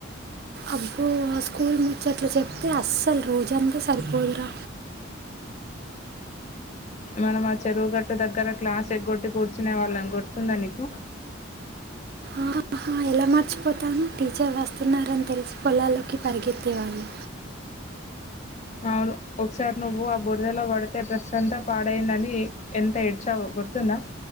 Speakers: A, on the right; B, on the left.
A: అబ్బో ఆ స్కూల్ ముచ్చట్లు చెప్తే అస్సలు రోజంత సరిపోదురా
B: మనం ఆ చెరువుగట్టు దగ్గర క్లాస్ ఎగ్గొట్టి కూర్చునే వాళ్ళం గుర్తుందా నీకు
A: ఆహా, ఎలా మార్చిపోతాను టీచర్ వస్తున్నారని తెలిసి పొలాల్లోకి పరిగెత్తె వాల్లము
B: అవును ఒకసారి నువ్వు ఆ బుర్దలో పడితే డ్రెస్ అంతా పాడయినని ఎంత ఏడ్చావొ గుర్తుందా